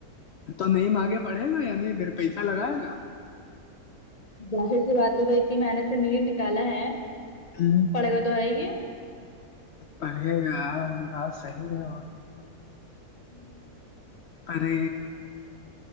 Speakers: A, on the left (about 70°); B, on the left (about 35°).
A: تو نہیں آگے پڑھے گا یا نہیں پھر پیسہ لگائے گا
B: ظاہر سی بات ہے بھائی اتنی محنت سے نیر نکالا ہے
A: ہوں
B: پڑے تو ہے گی
A: پڑھھیے گا بات صحیح ہے اور
B: ہوں
A: پرے